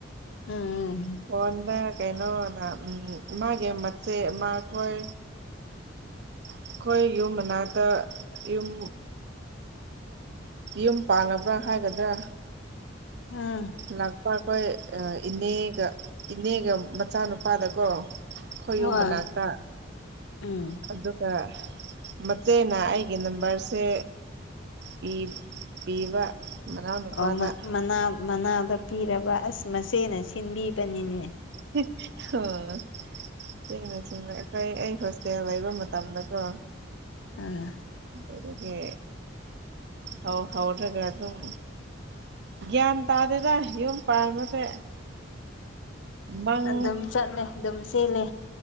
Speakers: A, on the left; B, on the right.
A: ꯎꯝ ꯎꯝ
B: ꯐꯣꯟꯗ ꯀꯩꯅꯣꯗ ꯎꯝ ꯃꯥꯒꯤ ꯃꯆꯦ ꯑꯃ ꯈꯣꯏ ꯑꯩꯈꯣꯏ ꯌꯨꯝ ꯃꯅꯥꯛꯇ ꯌꯨꯝ ꯌꯨꯝ ꯄꯥꯜꯂꯕ꯭ꯔꯥ ꯍꯥꯏꯒꯗ꯭ꯔꯥ
A: ꯎꯝ
B: ꯂꯥꯛꯄ ꯑꯩꯈꯣꯏ ꯏꯅꯦꯒ ꯏꯅꯦꯒ ꯃꯆꯥꯅꯨꯄꯥꯗꯀꯣ ꯈꯣꯏ
A: ꯍꯣꯏ
B: ꯌꯨꯝ ꯃꯅꯥꯛꯇ
A: ꯎꯝ
B: ꯑꯗꯨꯒ ꯃꯆꯦꯅ ꯑꯩꯒꯤ ꯅꯝꯕꯔꯁꯦ ꯄꯤ ꯄꯤꯕ ꯃꯅꯥꯎꯅꯨꯄꯥꯗ
A: ꯑꯣꯃꯅꯥꯎ ꯃꯅꯥꯎꯗ ꯄꯤꯔꯕ ꯑꯁ ꯃꯆꯦꯅ ꯁꯤꯟꯕꯤꯕꯅꯤꯅꯦ
B: <unintelligible> <unintelligible> ꯑꯩ ꯍꯣꯁꯇꯦꯜ ꯂꯩꯕ ꯃꯇꯝꯗꯀꯣ
A: ꯑꯥ
B: ꯑꯗꯨꯗꯒꯤ ꯍꯥꯎ ꯍꯧꯔꯒ ꯑꯗꯨꯝ ꯒ꯭ꯌꯥꯟ ꯇꯥꯗꯦꯗ ꯌꯨꯝ ꯕꯥꯟꯕꯁꯦ ꯃꯪ
A: ꯑꯗꯨꯝ ꯆꯠꯂꯦ ꯑꯗꯨꯝ ꯆꯦꯜꯂꯦ